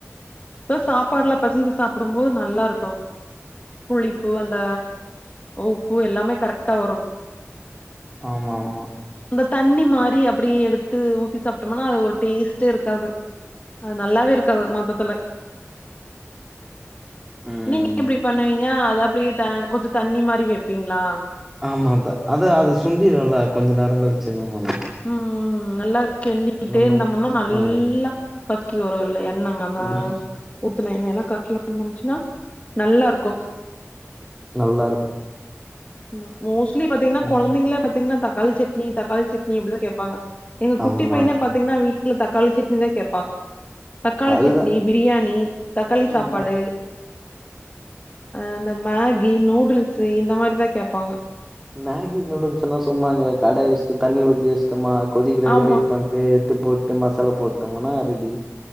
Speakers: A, on the left (about 35°); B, in the centre.
A: எ சாப்பாடுல பசெஞ்சு சாப்டும்போது நல்லா இருக்கோ புளிப்பு அந்த உப்பு எல்லாமே கரெக்டா வரு
B: ஆமா ஆமா
A: அந்த தண்ணி மாரி அப்படி எடுத்து ஊத்தி சாப்பிட்டோம்னா அது ஒரு டேஸ்டே இருக்காது அது நல்லாவே இருக்காது மொத்தத்துல
B: ம்
A: நீங்க எப்டி பண்ணவி யா அத அப்டியே த கொஞ்சோ தண்ணி மாரி வெப்பீங்களா
B: ஆமாத்த அத அது சுண்டிருல கொஞ்ச நேர கழிச் சென்னோமான்னு
A: ம்ம்ம் நல்லா கிண்டிட்டே இருந்தோம்முன்னா
B: மாரி
A: நல்லா
B: ம்
A: கக்கி வருல்ல எண்ண அமா
B: ம்
A: ஊத்துன எண்ண என்னாக்கா <unintelligible> தம்ச்சுன்னா நல்லாருக்கௌ
B: நல்லாருக்கு
A: அமா மோஸ்ட்லி பாத்தீங்கன்னா
B: ம்
A: கொழந்தைங்களே பாத்தீங்னா தக்காளி சட்னி தக்காளி சட்னி அப்டிதா கேப்பாங்க ஏங்க குட்டி
B: ஆமா
A: பையனே பாத்தீங்ன்னா வீட்டுல தக்காளி சட்னிதா கேப்பா தக்காளி
B: அதுதா
A: சட்னி பிரியாணி தக்காளி
B: ம்
A: சாப்பாடு அ அந்த மேகி நூடுல்ஸ்ஸு இந்த மாரிதா கேப்பாங்க
B: நேகி நூடுல்ஸ் எல்லா சும்மாங்க கடாய் வச்ட்டு தண்ணி ஊத்தி வச்டம்மா கொதிக்கிற வரையு
A: ஆமா.
B: வெயிட் பண் ஏ ஏத்து போட்டு மசாலா போட்டோமுன்னா ரெடி